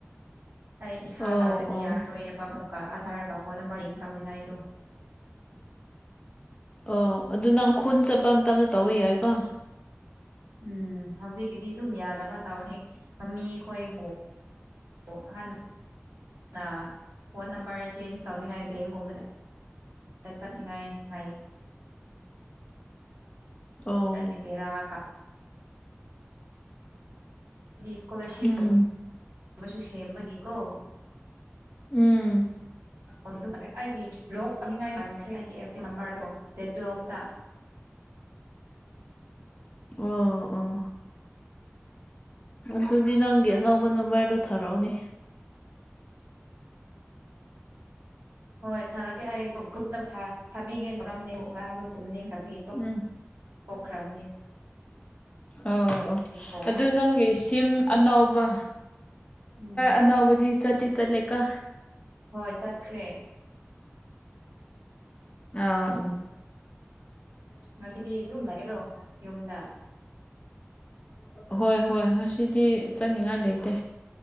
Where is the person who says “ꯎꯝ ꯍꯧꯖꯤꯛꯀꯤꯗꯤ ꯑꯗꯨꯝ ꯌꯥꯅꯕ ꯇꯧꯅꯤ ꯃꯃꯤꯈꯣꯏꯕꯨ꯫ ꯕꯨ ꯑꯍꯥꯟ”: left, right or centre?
Right